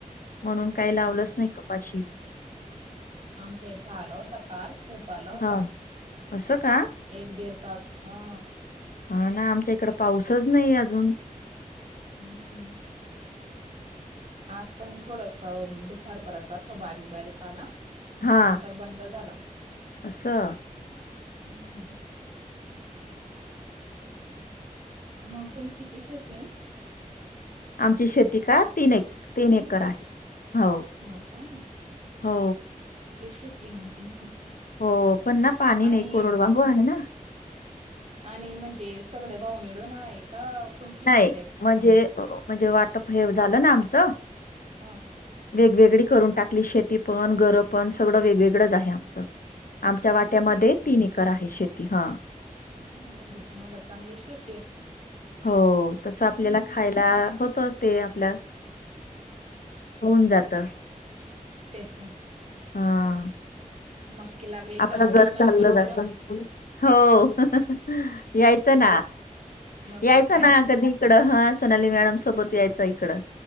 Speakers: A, on the left; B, on the right.
A: म्हणून काही लावलंच नाही कपाशी
B: आमच्या इथं आल होता काल खूप आला होता
A: हा असं का
B: एक दीड तास हा
A: हा ना आमच्या इकड पाऊसच नाही अजून
B: हम्म आज पण थोडस दुपारपर्यंत असं बारीक बारीक आला मग
A: हा
B: नंतर बंद झाला
A: असं
B: हम्म मग तुमची किती शेती आहे
A: आमची शेती का तीन एक तीन
B: हम्म
A: एकर आहे हो
B: हो का
A: हो
B: येत मग तुमची
A: हो पण ना पाणी
B: आणि
A: नाही कोरड वागू आहे ना
B: आणि म्हणजे सगळे भाऊ मिळून आहे का तुमची
A: नाही
B: फक्त एक
A: म्हणजे
B: त्यांची
A: म्हणजे वाटप हे झालं ना आमचं
B: ह
A: वेगवेगळी करून टाकली शेती पण घरं पण सगळं वेगवेगळंच आहे आमचं आमच्या वाट्यामध्ये
B: हो का
A: तीन एकर आहे शेती हा
B: हो म्हणजे तुम्हाला चांगले शेेत
A: हो तस
B: हम्म
A: आपल्याला खायला होतचते आपल्या होऊन जात
B: तेच ना
A: हा
B: मग लागली
A: आपलं
B: का
A: घर
B: आम्हाला
A: चाललं
B: पण बोलवा
A: जात,, हो यायचं ना.
B: मक्के
A: यायचा
B: खायला
A: ना ऽऽकधी इकडं हा सोनाली मॅडम सोबत, यायच इकडं